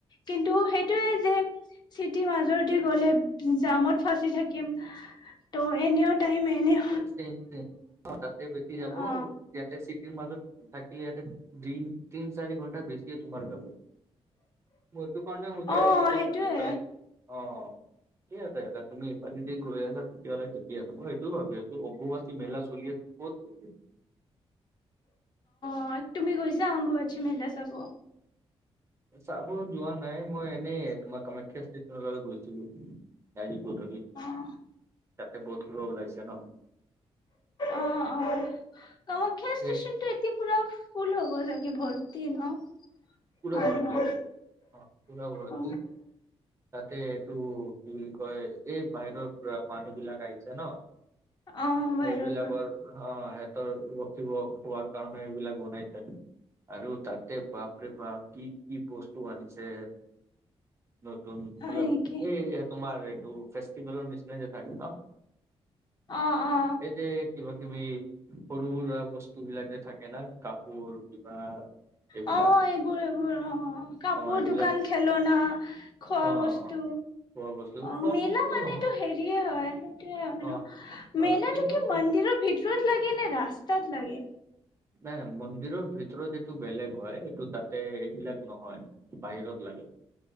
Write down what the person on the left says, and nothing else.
কিন্তু সেইটোয়ে যে চিটিৰ মাজৰদি গ'লে জামত ফাঁচি থাকিম। টো এনি অ' টাইম এ
অ
অ
সেইটোয়ে
অ' তুমি গৈছা অম্বুবাচী মেলা চাব?
অ
অ' অ' কামাখ্যা ষ্টেচনটো
এতিয়া পুৰা ফূল হ'ব চাগে ভৰ্তি ন?
মানুহৰ
অ
অ বাহিৰৰ
পৰা
হয় নেকি
অ অ
অ' এইবোৰ এইবোৰ অ' কাপোৰ
দোকান, খেলনা, খোৱা
বস্তু,
অ'
মেলা
মানটো
হেৰিয়ে হয় সেইটোয়ে হয়
ন,
মেলাটো
কি
মন্দিৰৰ ভিতৰত লাগে নে ৰাস্তা? তাত লাগে